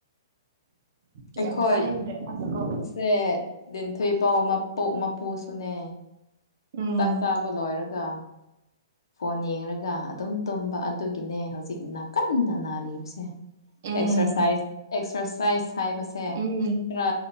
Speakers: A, on the right; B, on the left.
A: ꯌꯥꯝ
B: ꯑꯩꯈꯣꯏ
A: ꯆꯥꯅꯤꯡꯗ꯭ꯔꯦ ꯃꯥꯅꯀꯣ
B: ꯑꯁꯦ ꯗꯤꯟꯊꯣꯏꯄꯥꯎ ꯃꯞ ꯃꯄꯨ ꯃꯄꯨꯁꯨꯅꯦ
A: ꯎꯝ
B: ꯆꯥꯛ ꯆꯥꯕ ꯂꯣꯏꯔꯒ ꯐꯣꯟ ꯌꯦꯡꯔꯒ ꯑꯗꯨꯝ ꯇꯨꯝꯕ ꯑꯗꯨꯒꯤꯅꯦ ꯍꯧꯖꯤꯛꯅ ꯀꯟꯅ ꯅꯥꯔꯤꯕꯁꯦ
A: ꯎꯝ
B: ꯑꯦꯛꯁ꯭ꯔꯁꯥꯏ ꯑꯦꯛꯁ꯭ꯔꯁꯥꯏ ꯍꯥꯏꯕꯁꯦ
A: ꯎꯝ
B: ꯈꯔ